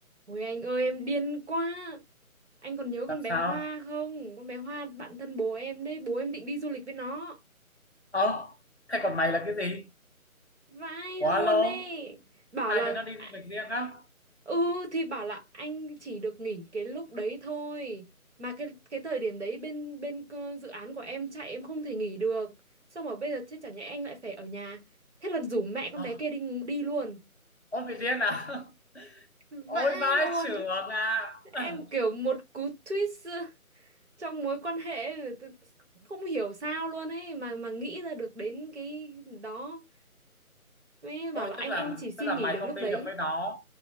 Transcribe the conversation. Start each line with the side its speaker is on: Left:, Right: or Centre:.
Right: Ôi anh ơi em điên quá Anh còn nhớ
Left: làm
Right: con bé
Left: sao
Right: Hoa không Con bé Hoa bạn thân bố em đấy Bố em định đi du lịch với nó
Left: ờ thế còn mày là cái gì
Right: Vãi
Left: quá
Right: luôn
Left: lâu
Right: ấy Bảo
Left: hai
Right: là
Left: đứa nó đi
Right: à,
Left: du lịch riêng á
Right: Ừ thì bảo là anh chỉ được nghỉ cái lúc đấy thôi Mà cái cái thời điểm đấy bên bên cơ- dự án của em chạy em không thể nghỉ được Xong rồi bây giờ chứ chẳng nhẽ anh lại phải ở nhà Thế là rủ mẹ con
Left: ờ,
Right: bé kia đi đi luôn
Left: ôi bị điên à <laughs>
Right: Vãi
Left: ôi vãi
Right: luôn
Left: chưởng à
Right: Em
Left: <laughs> <clears throat>
Right: kiểu một cú twist trong mối quan hệ tự- không hiểu sao luôn ấy mà mà nghĩ ra được đến cái đó mới
Left: ôi
Right: bảo là anh
Left: tức là
Right: anh chỉ xin
Left: tức là
Right: nghỉ
Left: mày
Right: được
Left: không
Right: lúc
Left: đi
Right: đấy
Left: được với nó